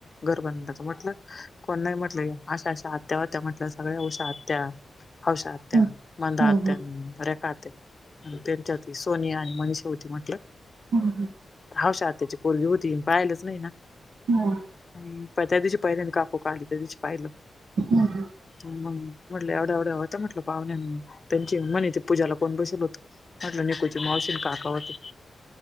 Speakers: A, on the left; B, on the right.
A: घर बंद म्हटलं, कोण नाही म्हटलं अशा अशा आत्या होत्या म्हंटल. सगळ्या उषा आत्या हौसा आत्या,
B: हम्म
A: मंदा
B: हम्म
A: आत्या रेखा आत्या आणि तेच्यातली सोनीया आणि मनीषा होती म्हटलं.
B: ह ह ह..
A: हावश्या आत्याची पोरगी होती, पाहिलंच नाही ना.
B: हम्...
A: आणि त्या दिवशी पाहिले काकू का, आली त्या दिशी पाहिलं.
B: <inaudible>
A: मग हटलं एवढ्या एवढ्या होत म्हटलं पाहुण्या, त्यांची म्हणे ते पूजाला कोण बसवलं होतं. म्हटलं निकूची मावशी काका होती,